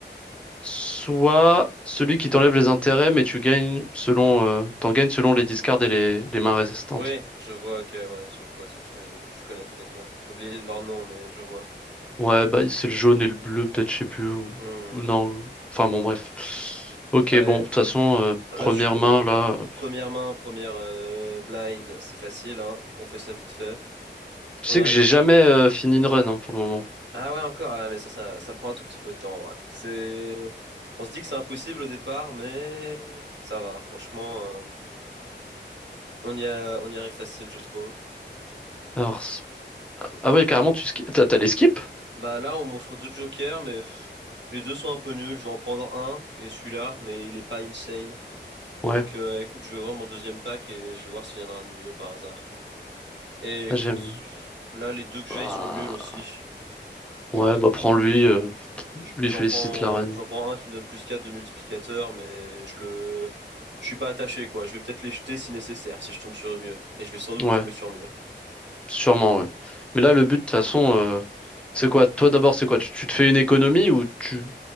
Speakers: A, in the centre; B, on the right.
A: soit celui qui t'enlève les intérêts, mais tu gagnes selon, euh, t'en gagnes selon les discards et les, les mains résistantes.
B: Oui, je vois, ok, ouais, je, je vois ce que tu veux dire. Je connais ces decks-là. J'ai oublié leur nom, mais je vois.
A: Ouais, bah c'est le jaune et le bleu, peut-être, je sais plus. Ou,
B: Hmm.
A: ou non. Enfin bon, bref. Ok,
B: Allez,
A: bon, de toute façon, euh,
B: là,
A: première
B: je fais
A: main là. euh,
B: première main, première euh, blind, c'est facile, hein. On fait ça vite fait. On
A: Tu sais
B: arrive
A: que j'ai
B: au
A: jamais euh, fini une run hein, pour le moment.
B: Ah ouais, encore, ouais, mais ça, ça, ça prend un tout petit peu de temps, ouais. C'est... On se dit que c'est impossible au départ, mais ça va, franchement, euh, on y a, on y arrive facile, je trouve.
A: Alors, c'est- ah ouais, carrément,
B: Alors,
A: tu skip. T'as t'as les skips?
B: bah là, on m'offre deux jokers, mais pff, les deux sont un peu nuls. Je vais en prendre un, qui est celui-là, mais il est pas insane.
A: Ouais,
B: Donc, euh, écoute, je vais voir mon deuxième pack et je vais voir s'il y en a un de mieux par hasard. Et écoute,
A: Ah, j'aime.
B: là, les deux que j'ai,
A: Bah,
B: ils sont nuls aussi. Du
A: ouais,
B: coup.
A: bah prends-lui, euh, lui
B: J'en
A: félicite
B: prends,
A: la reine.
B: j'en prends un qui me donne plus 4 de multiplicateur, mais je le, je suis pas attaché, quoi. Je vais peut-être les jeter si nécessaire, si je tombe sur mieux. Et je vais sans doute
A: Ouais,
B: tomber sur mieux.
A: sûrement, ouais. Mais là, le but, de toute façon, euh, c'est quoi? Toi d'abord, c'est quoi? Tu, tu te fais une économie ou tu,